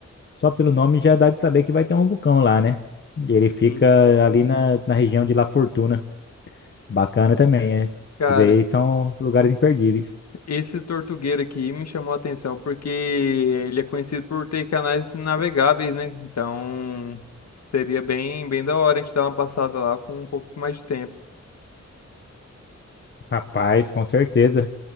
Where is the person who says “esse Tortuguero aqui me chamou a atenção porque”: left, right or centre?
Left